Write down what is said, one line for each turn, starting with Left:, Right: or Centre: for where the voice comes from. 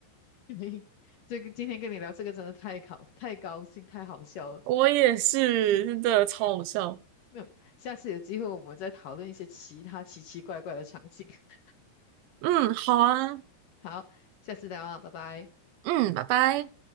Left: <laughs> 嘿这个今天跟你聊这个真的太搞太高兴，太好笑了。
Right: 我也是，真的超好笑。
Left: 那下次有机会我们再讨论一些其他奇奇怪怪的场景。<laughs>
Right: 嗯，好啊，
Left: 好，下次再聊啊，拜拜。
Right: 嗯，拜拜。